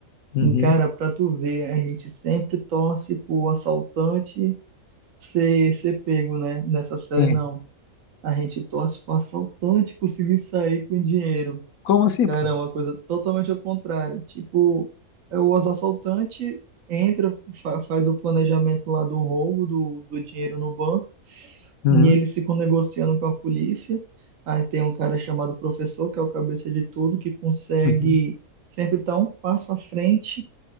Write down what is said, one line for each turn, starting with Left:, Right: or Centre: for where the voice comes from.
Left: uhum.
Right: E, cara, pra tu ver, a gente sempre torce pro assaltante ser, ser pego, né? Nessa série,
Left: Sim.
Right: não. A gente torce pro assaltante conseguir sair com o dinheiro.
Left: Como assim,
Right: Cara,
Left: pô?
Right: é uma coisa totalmente ao contrário. Tipo, é o as- assaltante entra, fa- faz o planejamento lá do roubo do, do dinheiro no banco
Left: Uhum,
Right: e eles ficam negociando com a polícia. Aí tem um cara chamado professor, que é o cabeça de tudo, que consegue
Left: uhum,
Right: sempre estar um passo à frente